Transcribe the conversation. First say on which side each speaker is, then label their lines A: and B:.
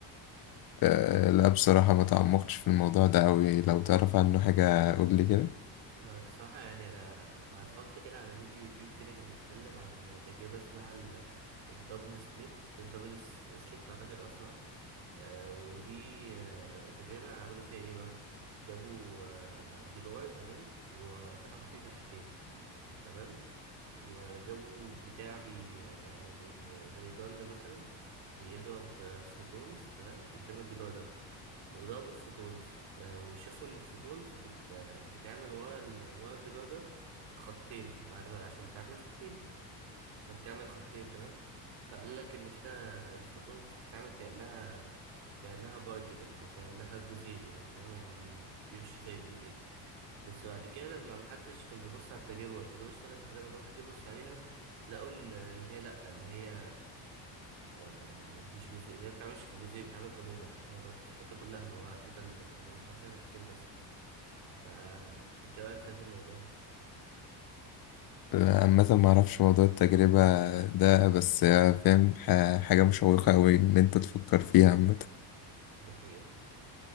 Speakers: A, on the left (about 50°); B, on the right (about 75°).
A: آه، لا بصراحة ما تعمقتش في الموضوع ده أوي لو تعرف عنه حاجة قولي كده
B: آه، بصراحة يعني أنا أنا اتفرجت كده على فيديو يوتيوب كده كان بيتكلم عن تجربة اسمها ال- الدبل سبليت الدبل س- سليت أعتقد أصلا آه، ودي آه، تجربة عملوا فيها ايه بقى جابوا آه، جدار تمام وفتحوا فيه فتحتين تمام وجابوا بتاع بي يعني زي زي جن مثلا بيضرب آه، فوتونز تمام قدام الجدار ده وضربوا فوتونز آه، وشافوا ان الفوتونز بت آه، بتعمل ورا ال... ورا الجدار ده خطين بعد ما عشان بتعدي من فتحتين فبتعمل خطين تمام فقال لك ان كده الفوتونز دي بتتعمل كانها كانها بارتيكل او كانها جزيء يعني تمام يعني بي... بيمشي زي الجزيء بس بعد كده لما محدش كان بيبص على التجربه والتجربه اشتغلت لحد ما غير ما حد يبص عليها لقوا ان إن هي لا ان هي آه، مش جزيء اللي هي ما بتتعملش كجزيء بتتعمل كموجة عشان غطت الحيطه كلها اللي هو الحيطه اللي اللي مفتوح فيها فتحتين بس فانت رايك في هذا الموضوع
A: آه، عامة ما اعرفش موضوع التجربة ده بس آه، فاهم ح- حاجة مشوقة أوي ان انت تفكر فيها عامة
B: دي حقيقه